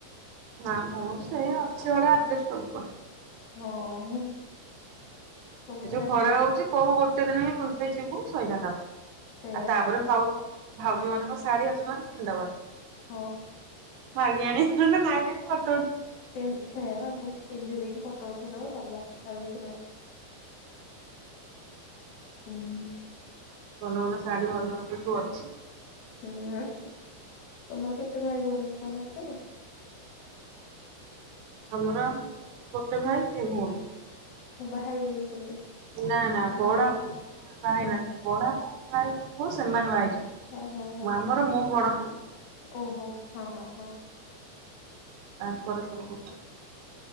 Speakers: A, on the right; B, on the left.
A: ନା, ମୋର ସେ ଅଛି ଭଳିଆ ଆଡଜେଷ୍ଟ କରି ଦେବା।
B: ହଁ। ସବୁଥିରେ
A: ଏ ଯଉ ଖରା
B: ଡ୍ରେସ
A: ହଉଚି, କୋଉ ଗୋଟେ ଦିନ ହିଁ ବୁ ରେ ଯିବୁ ସଇଲା ତାପରେ।
B: ସେଇଆ
A: ଆ ତାପରେ ଭାବ ଭାଉଜ ମାନେ ମୋ ଶାଢୀ ଅଛି ମାନେ ପିନ୍ଧିଦବା।
B: ହଁ
A: ମାଗିଆଣି ନହଲେ <unintelligible>
B: ତିନ୍ ସେୟା ବା ମୁଁ କହୁଚି ପିନ୍ଧି ଦେଇକି ଫଟ୍ ଟ ଉଠଇ ଦବା ସରିଲା ଆଉ କିଛି ନାହିଁ, ହୁଁ।
A: ଭଲ ଭଲ ଶାଢୀ ଭାଉଜ ମାନଙ୍କର ସବୁ ଅଛି।
B: ହୁଁ, ତମର କେତେ ଭାଇ ଭଉଣୀ ସମସ୍ତେ?
A: ଆମର ଗୋଟେ ଭାଇ, ଦି ଭଉଣୀ।
B: ବାହା ହେଇ ଯାଇଛନ୍ତି?
A: ନା, ନା, ବଡ
B: ଭାଇ
A: ମାନେ ବାହା ହେଇ ନାହାନ୍ତି। ବଡ଼ ବୋଉ ଭାଇ ପୁଶ ସେମାନେ ବାହା ହେଇଚନ୍ତି,
B: ହଁ ହଁ ହଁ
A: ଆମର ମୁଁ ବଡ଼ ନା।
B: ଓହୋ, ହଁ, ହଁ, ହଁ।
A: ତାଙ୍କର ସବୁ।